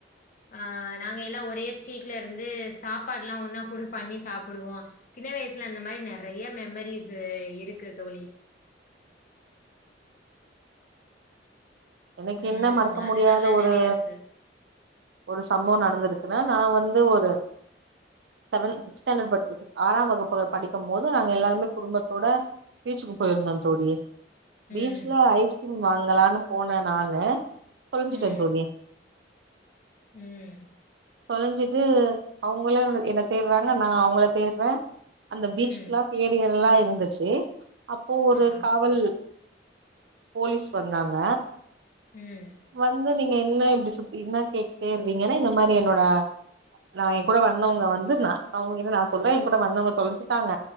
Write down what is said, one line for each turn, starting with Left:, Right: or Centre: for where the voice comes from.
Left: ஆ நாங்க எல்லா ஒரே ஸ்ட்ரீட்ல இருந்து சாப்பாடுல்லா ஒன்னா கூட பண்ணி சாப்பிடுவோ சின்ன வயசுல அந்த மாரி நெறைய மெமரிஸ்சு இருக்கு தோழி
Right: எனக்கு
Left: ம்
Right: என்ன மறக்க
Left: அது
Right: முடியாத
Left: நல்லா
Right: ஒரு
Left: நெறைய இருக்கு
Right: ஒரு சம்பவ நடந்திருக்குனா நா வந்து ஒரு செவன் சிக் ஸ்டாண்டர்ட் படிக் ஆறாம் வகுப்பு படிக்கும் போது நாங்க எல்லாருமே குடும்பத்தோட பீச்சுக்கு போயிருந்தோ தோழி பீச்ல
Left: ம்
Right: ஐஸ்கிரீம் வாங்கலான்னு போனே நானு தொலைஞ்சிட்டே
Left: ம்
Right: தோழி
Left: ம்
Right: தொலைஞ்சிட்டு அவங்களு என்ன தேடுறாங்க நா அவங்கள தேடுறே அந்த பீச்சு
Left: ம்
Right: ஃபுல்லா ஏரியர்ல்லா இருந்துச்சு அப்போ ஒரு
Left: ஆ
Right: காவல்
Left: ஓகே
Right: போலீஸ் வந்தாங்க
Left: ம்
Right: வந்து நீங்க என்ன இப்டி சுத்தி என்னா கேட்டுட்டே இருந்தீங்கன்னா இந்த மாரி என்னோட நா எ கூட வந்தவுங்க வந்து நா அவுங்ககிட்ட நா சொல்றே எ கூட வந்தவுங்க தொலஞ்சுட்டாங்க